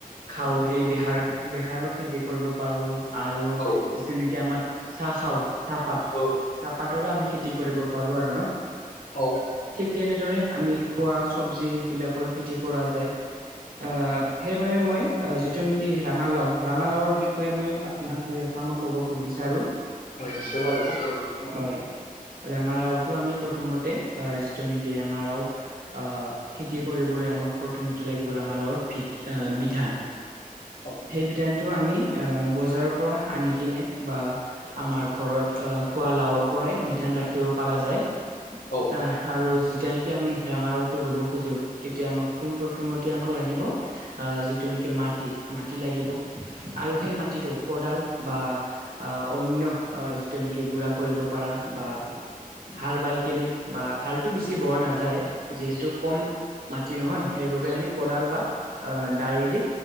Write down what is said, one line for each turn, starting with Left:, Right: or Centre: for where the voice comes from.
Right: খাও সেই বেহাৰ বেহাৰো খেতি কৰিব পাৰো আৰু
Left: অ
Right: যিটো নকি আমাৰ চাহ খাও চাহপাত
Left: অ
Right: চাহপাতৰো আমি খেতি কৰিব <unintelligible> ঠিক
Left: অ
Right: তেনেদৰে আমি খোৱা চবজিবিলাকৰ খেতি কৰা যায় আহ সেইবাবে মই যিটো নেকি ৰাঙালাও ৰাঙালাওৰ বিষয়ে মই আপোনাক দু তাৰমানে ক'ব খ বিচাৰো
Left: হয় নিশ্চয় পাৰিব ক দিয়োক ছোন
Right: হয় ৰাঙাৰাওটো আমি প্ৰথমতে যিটো নেকি ৰঙাৰাও অহ খেতি কৰিবলৈ আমাক প্ৰথমতে লাগিব ৰঙালাওৰ ভধ বিধান।
Left: অ
Right: সেই বিধানটো আমি আহ বজাৰৰ পৰা আনি কিনে বা আমাৰ ঘৰত অহ খোৱা লাৱৰ পৰাই বিধান ৰাখি ৰাখিব পৰা যায়
Left: অ
Right: আহ আৰু যেতিয়ানেকি আমি ৰাঙালাওটো ৰুব খোজো তেতিয়া আমাক পোন প্ৰথমতে আমাক লাগিব আহ যিটো নেকি মাটি মাটি লাগিব আৰু সেই মাটিটো কদাল বা আহ অন্য আহ যিটো নেকি গুৰা কৰিব পাৰা বা হাল বাই কেনে বা হালতটো বেছি বোৱা নাযায় যিহেতু কম মাটি নহয় সেইবাবে আমি কদাল বা আহ দাই দি